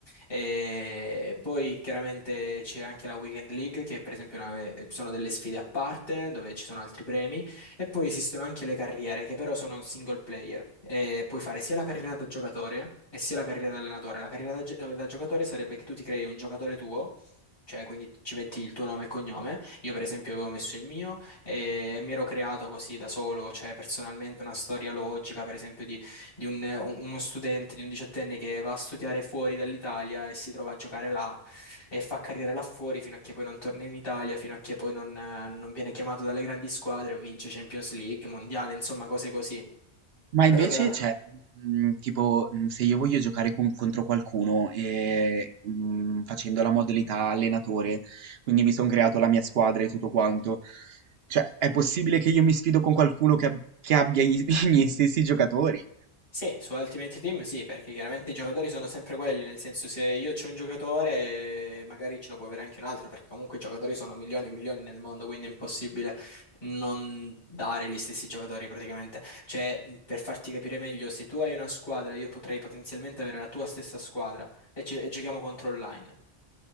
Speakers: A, on the left (about 60°); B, on the right (about 70°).
A: E poi chiaramente c'è anche la Weekend League, che per esempio è una- eh, sono delle sfide a parte dove ci sono altri premi. E poi esistono anche le carriere, che però sono un single player. E puoi fare sia la carriera da giocatore e sia la carriera da allenatore. La carriera da, gi- da giocatore sarebbe che tu ti crei un giocatore tuo, cioè quindi ci metti il tuo nome e cognome. Io, per esempio, avevo messo il mio e mi ero creato così da solo, cioè personalmente una storia logica, per esempio, di, di un- uno studente, di un diciottenne che va a studiare fuori dall'Italia e si trova a giocare là e fa carriera là fuori fino a che poi non torna in Italia, fino a che poi non, eh, non viene chiamato dalle grandi squadre e vince Champions League, Mondiale, insomma, cose così.
B: Ma invece,
A: Però chiaramente
B: cioè, mm, tipo, mm, se io voglio giocare con- contro qualcuno e, mm, facendo la modalità allenatore, quindi mi sono creato la mia squadra e tutto quanto, cioè, è possibile che io mi sfido con qualcuno che, ab- che abbia i <laughs> i miei stessi giocatori?
A: Sì, su Ultimate Team sì, perché chiaramente i giocatori sono sempre quelli, nel senso se io c'ho un giocatore magari ce lo può avere anche un altro, perché comunque i giocatori sono milioni e milioni nel mondo, quindi è impossibile non dare gli stessi giocatori praticamente. Cioè, per farti capire meglio, se tu hai una squadra, io potrei potenzialmente avere la tua stessa squadra e, ci- e giochiamo contro online.